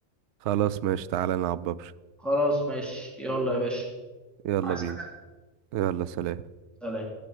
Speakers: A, on the right (about 70°); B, in the centre.
A: خلاص ماشي تعالى نلعب ببجي
B: خلاص ماشي يلا يا باشا
A: يلا
B: عايز
A: بينا
B: حاجة
A: يلا سلام
B: سلام